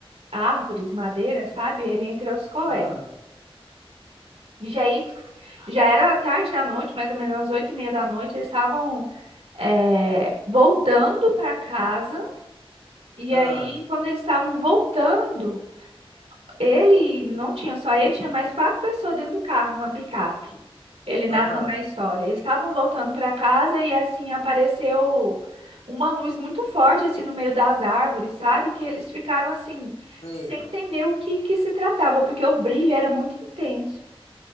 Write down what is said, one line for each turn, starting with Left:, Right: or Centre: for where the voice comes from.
Right: árvores, madeira, sabe? Ele entre outros colegas.
Left: Aham.
Right: E já aí, já era tarde da noite, mais ou menos oito e meia da noite, eles estavam eh, voltando para casa. E
Left: Aham.
Right: aí, quando eles estavam voltando, Ele não tinha só ele, tinha mais quatro pessoas dentro do carro, uma picape. Ele narrando
Left: Aham.
Right: a história. Eles estavam voltando para casa e assim apareceu uma luz muito forte assim no meio das árvores, sabe? Que eles ficaram assim
Left: Sei.
Right: sem entender o que que se tratava, porque o brilho era muito intenso.